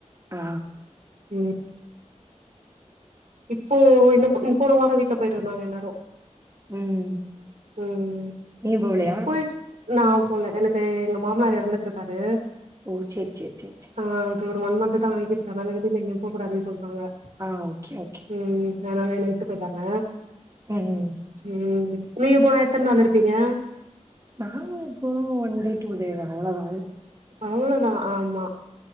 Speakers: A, on the right (about 25°); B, on the right (about 70°).
A: ஆ.
B: ம் இப்போ இந்தப் போ போன வாரொ வீட்டுல போயிட்டு வந்தாங்க எல்லாரு
A: ம்.
B: ம்
A: நீங்க போகலையா?
B: போயி நா போல எனக்கு எங்க மாமனார் எறந்துட்டுருக்காரு
A: ஓ செரி செரி செரி செரி
B: ஆ அதொரு ஒன் மந்த்தா ஆகிருக்கு அதனால வெளியில எங்கயு போக்கூடாதுனு சொல்ட்டாங்க
A: ஆ ஓகே ஓ
B: ம் அதனால என்ன விட்டு போயிட்டாங்க
A: ம், ம்.
B: ம் நீங்க போனா எத்தன் நாள் இருப்பீங்க
A: நாங்க எப்பவு ஒன் டே டூ டே தா அவ்ளோதா
B: அவ்ளோதா ஆமா